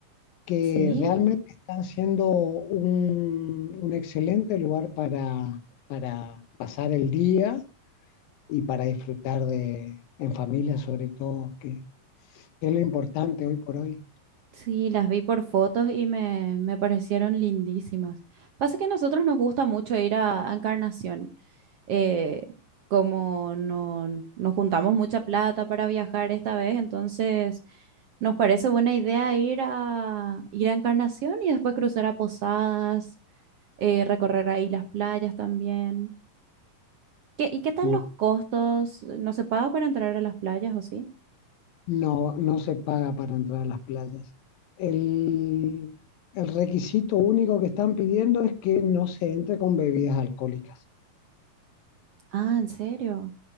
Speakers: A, on the left; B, on the right.
A: que
B: Sí.
A: realmente están siendo un, un excelente lugar para, para pasar el día y para disfrutar de, en familia sobre todo, que, que es lo importante hoy por hoy.
B: Sí, las vi por fotos y me, me parecieron lindísimas. Pasa que a nosotros nos gusta mucho ir a, a Encarnación. Eh, como no, nos juntamos mucha plata para viajar esta vez, entonces nos parece buena idea ir a, ir a Encarnación y después cruzar a Posadas, eh, recorrer ahí las playas también. ¿Qué, y qué tal
A: Mu-
B: los costos? ¿No se paga para entrar a las playas o sí?
A: No, no se paga para entrar a las playas. El, el requisito único que están pidiendo es que no se entre con bebidas alcohólicas.
B: Ah, ¿en serio?